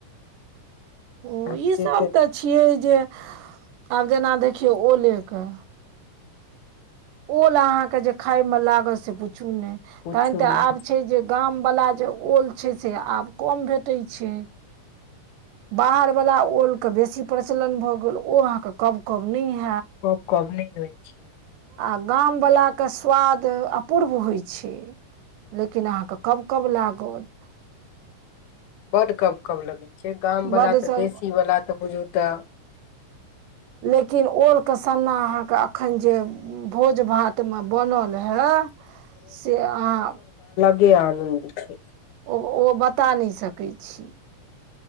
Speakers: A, on the right (about 85°); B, on the left (about 75°).
A: ओ
B: आब
A: ई
B: से
A: सब तऽ छियै जे आब जेना देखियौ ओले क ओल अहाँके जे खाायमे लागत से पुछू नहि
B: पूछू
A: तहन तऽ
B: नहि
A: आब छै जे गाम वला जे ओल छैय से आब कम भेटै छैय। बाहर वला ओल के बेसी प्रचलन भऽ गेल ओ अहाँके कब कब नहि हे
B: कब कब नहि होइ छियै।
A: आ गामवलाके स्वाद अपूर्व होइ छैय। लेकिन अहाँके कब कब लागत।
B: <inaudible> बड्ड कब कब लगै छैय गामवला
A: बड्ड
B: तऽ
A: सँ
B: देशीवला तऽ बुझू तऽ
A: लेकिन ओल के सन्ना अहाँके एखन जे भोज भात मे बनल है से अहाँ
B: आनन्दित छैय।
A: ओ ओ बता नहि सकैत छी।